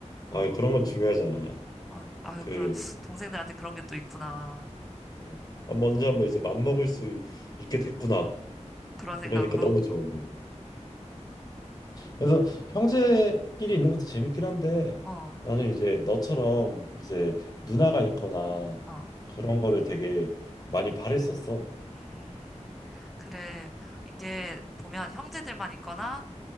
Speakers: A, on the left; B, in the centre.
A: 아 그런 건 중요하잖아.
B: 어, 아유,
A: 그
B: 그, 동생들한테 그런 게 또 있구나.
A: 음, 아, 먼저 한번 이제 맘먹을 수 있게 됐구나.
B: 그런 생각으로.
A: 이러니까 너무 좋은 거야. 그래서 형제끼리 있는 것도 재밌긴 한데
B: 어,
A: 나는 이제 너처럼 이제 누나가 있거나
B: 어.
A: 그런 거를 되게 많이 바랬었어.
B: 음, 그래. 이게 보면 형제들만 있거나,